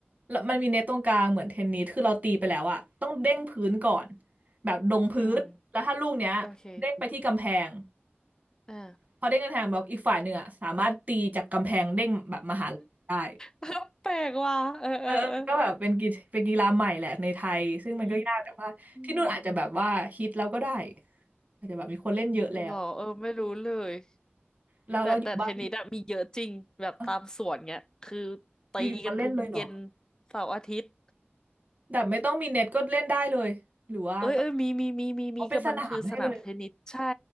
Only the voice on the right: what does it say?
แล้วมันมีเน็ตตรงกลางเหมือนเทนนิสคือเราตีไปแล้วอะต้องเด้งพื้นก่อนแบบลงพื้นแล้วถ้าลูกเนี้ยเด้งไปที่กำแพง
พอเด้งกำแพงแบบอีกฝ่ายหนึ่งอะสามารถตีจากกำแพงเด้งแบบมาหาเราได้
เออมันก็แบบเป็นกีเป็นกีฬาใหม่แหละในไทยซึ่งมันก็ยากแต่ว่าที่นู่นอาจจะแบบว่าฮิตแล้วก็ได้
อาจจะแบบมีคนเล่นเยอะแล้ว
เราเราอยู่บ้าน
เอ้า
อยู่อยู่มาเล่นเลยเหรอ
แบบไม่ต้องมีเน็ตก็เล่นได้เลยหรือว่าต้อง
อ๋อเป็นสนามให้เลย